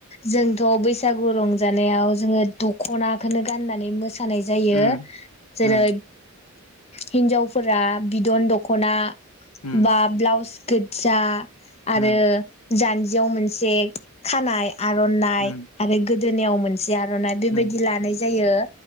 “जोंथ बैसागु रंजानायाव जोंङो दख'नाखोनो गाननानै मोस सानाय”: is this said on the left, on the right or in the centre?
Left